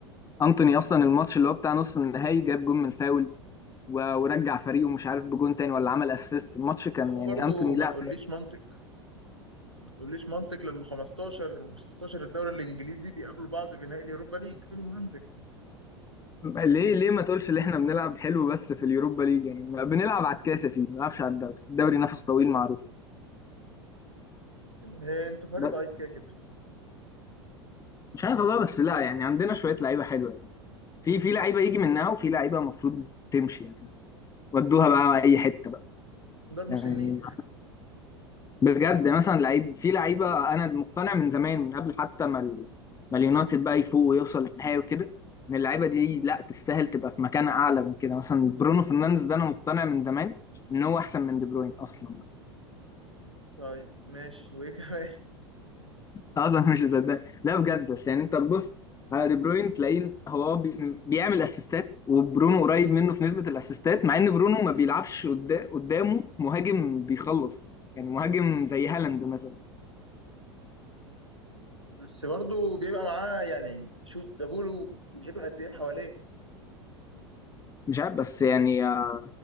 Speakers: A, on the left; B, on the right.
A: انتوني اصلا الماتش اللي هو بتاع نص النهائي جاب جون من فاول و- ورجع فريقه مش عارف بجون تاني ولا عمل اسيست الماتش
B: ما
A: كان
B: هو
A: يعني
B: برضو
A: انتوني لا
B: ما تقوليش منطق ما تقوليش منطق لما 15 و16 الدوري الانجليزي بيقابلوا بعض في نهائي اليوروبا ليج فين المنطق
A: ليه ليه ما تقولش ان احنا بنلعب حلو بس في اليوروبا ليج يعني ما بنلعب على الكاس يا سيدي ما بنلعبش على الدوري الدوري نفس طويل معروف
B: آه، انتوا فريق
A: ب-
B: ضعيف كده كده
A: مش عارف والله بس لا يعني عندنا شويه لعيبه حلوه يعني في في لعيبه يجي منها وفي لعيبه المفروض تمشي يعني ودوها بقى اي حته بقى
B: دار
A: يعني
B: مسنين
A: بجد مثلا لعيب في لعيبه انا مقتنع من زمان من قبل حتى ما ال- ما اليونايتد بقى يفوق ويوصل للنهائي وكده ان اللعيبه دي لا تستاهل تبقى في مكان اعلى من كده مثلا برونو فرنانديز ده انا مقتنع من زمان ان هو احسن من دي بروين اصلا
B: طيب ماشي وايه كمان
A: اصلا مش مصدق لا بجد بس يعني انت تبص على دي بروين تلاقيه هو آه بي- بيعمل اسيستات وبرونو
B: <laughs>
A: قريب منه في نسبه الاسيستات مع ان برونو ما بيلعبش قدا- قدامه مهاجم بيخلص يعني مهاجم زي هالاند مثلا
B: بس برضه بيبقى معاه يعني شوف جابوله بيبقى قد ايه حواليه
A: مش عارف بس يعني آه،